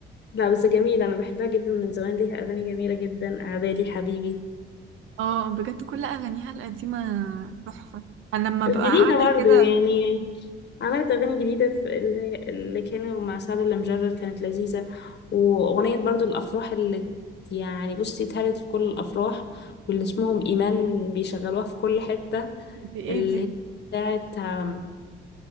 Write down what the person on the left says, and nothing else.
لا بس جميله انا بحبها جدا من زمان ليها اغاني جميله جدا عبالي حبيبي
جديدة
برضه
يعني عملت أغاني جديدة في اللي اللي كانوا مع سعد اللي مجرد كانت لذيذة وأغنية برضه الأفراح اللي يعني بصي اتهرت في كل الأفراح واللي اسمهم إيمان بيشغلوها في كل حتة
اللي
هي بتاعت آم،